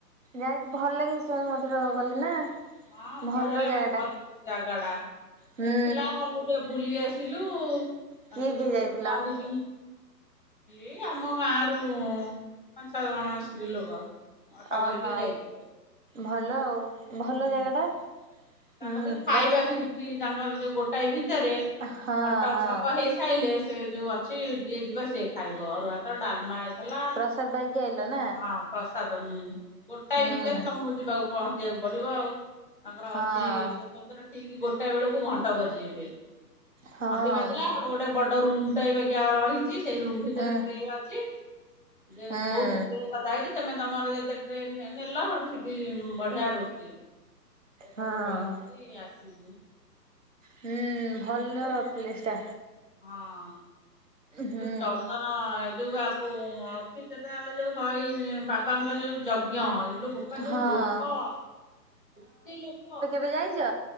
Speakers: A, on the right; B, on the left.
A: ଯାଇଛି ଭଲ ଲାଗେ ସେ <inaudible> ଗଲେ ନା।
B: ହଁ
A: ଭଲ
B: ବଢ଼ିଆ ଲାଗେ
A: ଜାଗା ଟା
B: ଭଲ ଜାଗାଟା ଏ
A: ହୁଁ
B: ଥିଲା ଗଲୁ। ବୁଲି ଆସିଲୁ
A: କିଏ
B: ଆ ସେ
A: କିଏ
B: ତ
A: ଯାଇଥିଲ?
B: ବଢିଆ ହେଇ ହଁ ଏଇ ଆମ ଗାଁ ରୁ ପାଞ୍ଚ ଛ ଜଣ ସ୍ତ୍ରୀ ଲୋକ। ଅଟୋ
A: ଅହୋ
B: କରିକି ଯାଇଥିଲେ।
A: ଭଲ ଆଉ ଭଲ
B: ହୁଁ
A: ଜାଗା ଟା। ହୁଁ
B: ତାଙ୍କ ବି ଖାଇବା
A: ପ୍ର
B: ସେଠି ଫି ତାଙ୍କର ଯୋଉ ଗୋଟାଏ ଭିତରେ
A: ହଁ
B: ଘଣ୍ଟ
A: ହଁ
B: ଛକ ହେଇ ଖାଇଲେ ସେ ଯୋଉ ଅଛି ଯିଏ ଯିବ ସିଏ ଖାଇବ ଅରୁଆ ଭାତ ଡାଲମା ଇ ହେଲା
A: ପ୍ରସାଦ ପାଇକି ଆଇଲ ନା
B: ହଁ ପ୍ରସାଦ ଗୋଟାଏ
A: ହୁଁ
B: ଭିତରେ ତମକୁ ଯିବାକୁ ପହଞ୍ଚିବାକୁ ପଡ଼ିବ ଆଉ ତାଙ୍କର
A: ହଁ
B: ଅ ସ୍ୱତନ୍ତ୍ର ଠିକ୍ ଗୋଟାଏ ବେଳକୁ ଘଣ୍ଟ ବଜେଇବେ
A: ହଁ
B: ଘଣ୍ଟି ବାଜିଲା
A: ଭ
B: ହେଟୁ ଗୋଟେ ବଡ଼ ରୁମ୍ <inaudible> ରହିଛି ସେଇ ରୁମ୍ ଭିତରେ
A: ହୁଁ
B: ଟ୍ରେନ୍ ଅଛି ଯେ
A: ହୁଁ
B: ବହୁତ <inaudible> କଥା ହେଇଛି ତମେ ତମର ଯେତେ ଟ୍ରେ ନେ ନେଲ ସେଠୁ ସେଠି ବଢିଆ ରୋଷେଇ ହେଇଛି। ପ୍ରସାଦ
A: ହଁ
B: ପାଇକି ଆସିଲି।
A: ହୁଁ ଭଲ
B: ଚ
A: ପ୍ଲେସ୍ ଟା।
B: ହଁ।
A: ହୁଁ
B: ଯୋଉ ଚନ୍ଦନ ଏ ଯୋଉ ଆକୁ ଅଖି ଯେଟା ବେଳେ ଯୋଉ ହଇ ବା ବାପାଙ୍କର ଯୋଉ ଯଜ୍ଞ ଏ ଲୋ ବୋପା ଯୋଉ
A: ହଁ
B: ଲୋକ ଏତେ ଲୋକ।
A: ତମେ ଯାଇଛ?